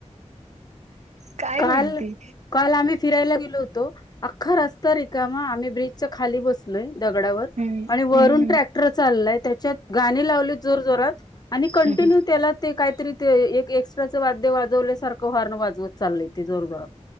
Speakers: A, on the right; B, on the left.
A: काय
B: काल
A: माहिती
B: काल आम्ही फिरायला गेलोत. तो अख्खा रस्ता र का म आम्ही ब्रिजच्या खाली बसलोय. दगडावर
A: हम्म
B: आणि वरून
A: हम्म
B: ट्रॅक्टर चाललाय त्याच्यात गाणी लावली जोर जोरात. आणि कंटिन्यू
A: हम्म
B: त्याला ते काहीतरी ते एक एक्स्ट्राच वाद्य वाजवल्यासारखं हॉर्न वाजवत चाललंय. ते जोर जोरात